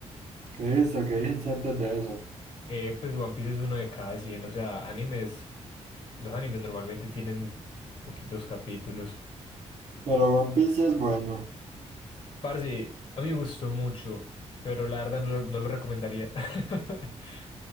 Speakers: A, on the right; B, on the left.
A: ¿Qué hizo ¿Qué dijiste antes de eso?
B: Eh, pues One Piece es uno de cada 100. O sea, animes. Los animes normalmente tienen poquitos capítulos.
A: Pero One Piece sí es bueno.
B: Parce, a mí me gustó mucho, pero la verdad no lo, no lo recomendaría. <laughs>